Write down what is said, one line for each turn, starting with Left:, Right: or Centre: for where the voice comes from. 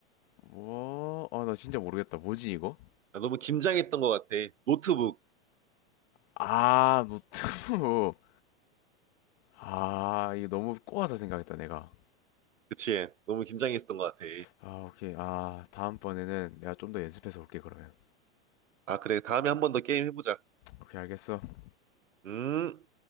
Left: 뭐, 아, 나 진짜 모르겠다. 뭐지, 이거?
Right: 아, 너무 긴장했던 것 같아. 노트북.
Left: 아, 노트북. 아, 이거 너무 꼬아서 생각했다, 내가.
Right: 그치? 너무 긴장했던 것 같아.
Left: 아, 오케이. 아, 다음번에는 내가 좀 더 연습해서 올게, 그러면.
Right: 아, 그래. 다음에 한 번 더 게임 해보자.
Left: 오케이, 알겠어.
Right: 음.